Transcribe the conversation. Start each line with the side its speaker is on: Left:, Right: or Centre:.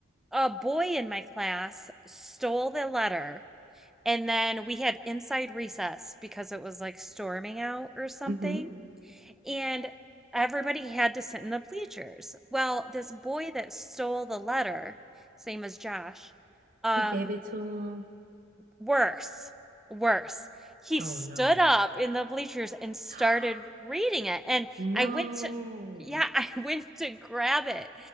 Centre: a boy in my class stole the letter. And then we had inside recess because it was like storming out or something.
Right: Mm-hmm.
Centre: And everybody had to sit in the bleachers. Well, this boy that stole the letter, his name was Josh, um,
Right: He gave it to him.
Centre: Worse, worse. He
Right: Oh
Centre: stood
Right: no.
Centre: up in the bleachers and started
Right: <gasps>
Centre: reading it. And
Right: No.
Centre: I went to, yeah, <laughs> I went to grab it.